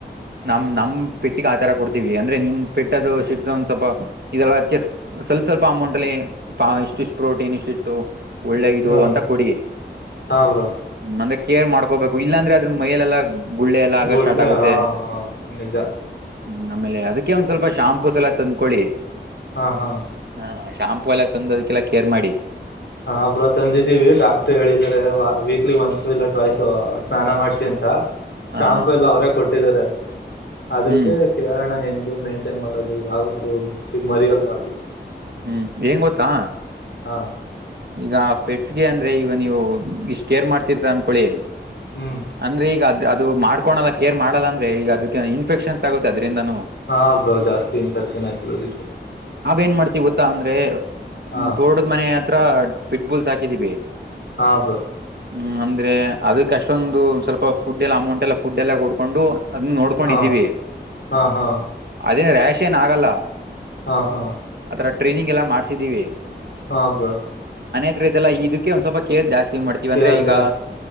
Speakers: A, on the right; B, on the left.
A: ನಮ ನಮ್ ಪೆಟ್ಟಿಗೆ ಆಚಾರ ಕೊಡ್ತೀವಿ ಅಂದ್ರೆ ನಿಮ್ ಪೆಟ್ಟದು ಶಿಡ್ಸೋ ಒಂದ್ ಸ್ವಲ್ಪ ಇದೆಲ್ಲದಕ್ಕೆ. ಸ್ವಲ್ಪ ಸ್ವಲ್ಪ ಅಮೌಂಟ್ ಅಲ್ಲಿ ಇಷ್ಟಿಷ್ಟು ಪ್ರೋಟೀನ್ ಇಷ್ಟಿಷ್ಟು ಒಳ್ಳ. ದು
B: ಹಾ
A: ಅಂತ ಕೊಡಿ
B: ಹಾ ಬ್ರೋ
A: ಅಂದ್ರೆ ಕೇರ್ ಮಾಡ್ಕೋಬೇಕು ಇಲ್ಲಾಂದ್ರೆ ಅದ್ರ ಮೈಲೆಲ್ಲಾ. ಗುಳ್ಳೆ ಎಲ್ಲ ಆಗ
B: ಗುಳ್ಳೆ
A: ಸ್ಟಾರ್ಟ್ ಆಗುತ್ತೆ.
B: ಹಾ ಹಾ ನಿಜ
A: ಹ್ಮ್ ಆಮೇಲೆ ಅದಕ್ಕೆ ಒಂದ್ ಸ್ವಲ್ಪ ಶಾಂಪೂಸ್ ಎಲ್ಲ ತಂದ್ಕೊಳ್ಳಿ.
B: ಹಾ ಹಾ.
A: ಹ ಶಾಂಪು ಎಲ್ಲ ತಂದ ಅದಕ್ಕೆಲ್ಲ ಕೇರ್ ಮಾಡಿ.
B: ಹಾ ಅಬ್ರ ತಂದಿದ್ದೀವಿ ಡಾಕ್ಟ್ರ್ ಹೇಳಿದಿದ್ದಾರೆ ವೀಕ್ಲಿ ಒನ್ಸು ಇಲ್ಲ ಟ್ವೈ್ಸ ಸ್ನಾನ ಮಾಡ್ಸಿ ಅಂತ.
A: ಹ
B: ಶಾಂಪು
A: ಹ
B: ಎಲ್ಲ ಅವರೇ ಕೊಟ್ಟಿದಿದ್ದಾರೆ ಅದಕ್ಕೆ
A: ಹ್ಮ್
B: ಕೇಳೋಣ ಹೆಂಗ. ಮೇಂಟೈನ್ ಮಾಡೋದು ಅದು ಚಗ ಮರಿ ಅಲ್ವ ಆತ್ತು.
A: ಹ್ಮ್ ಹೆಂಗ ಗೊತ್ತಾ.
B: ಹಾ.
A: ಈಗ ಪೆಟ್ಸ್ಗೆ ಅಂದ್ರೆ ಈಗ ನೀವು ಇಷ್ಟ್ ಕೇರ್ ಮಾಡ್ತಿರ್ತ ಅನ್ಕೊಳಿ.
B: ಹ್ಮ್
A: ಅಂದ್ರೆ ಈಗ ಅದ್ ಅದು ಮಾಡ್ಕೊಳಲ್ಲ ಕೇರ್ ಮಾಡಲ್ಲ ಅಂದ್ರೆ ಈಗ ಅದಕ್ಕೆ ಇನ್ಫೆಕ್ಷನ್ಸ್ ಆಗುತ್ತ ಅ್ರಿಂದ ಹ್ಮ್ಮ.
B: ಹಾ ಬ್ರೋ ಜಾಸ್ತಿ ಇನ್ಫೆಕ್ಷನ್ ಆಯ್ತದ ಅದಕ್ಕೆ
A: ಏನ್ ಮಾಡ್ತಿವಿ ಗೊತ್ತಾ ಅಂದ್ರೆ
B: ಹಾ
A: ತೋಡದ್ ಮನೆ ಹತ್ರ ಬಿಿಟ್ಬುಲ್ಸ್ ಹಾಕಿದೀವಿ.
B: ಹಾ ಬ್ರೋ.
A: ಹ್ಮ್ ಅಂದ್ರೆ ಅದಕ್ಕೆ ಅಷ್ಟೊಂದು ಸ್ವಲ್ಪ ಫುಡ್ ಎಲ್ಲ ಅಮೌಂಟ್ ಎಲ್ಲ ಫುಡ್ ಎಲ್ಲ ಕೊಡ್ಕೊಂಡು. ಅದನ್ನು ನೋಡ್ಕೊಂಡಿದ್ದೀವಿ
B: ಹಾ ಹಾ ಹಾ
A: ಅದೇನ್ ರ್ಯಾಶ್ ಏನ್ ಆಗಲ್ಲ.
B: ಹಾ ಹಾ.
A: ಆತರ ಟ್ರೈನಿಂಗ್ ಎಲ್ಲ ಮಾಡ್ಸಿದೀವಿ.
B: ಹ ಬ್ರೋ.
A: ಲ್ಲ ಇದಕ್ಕೆ ಒಂದ್ ಸ್ವಲ್ಪ ಕೇರ್ ಜಾಸ್ತಿ ಮಾಡ್ತೀವ
B: ಕೇರ್
A: ಅಂದ್ರೆ ಈಗ
B: ಜಾಸ್ತಿ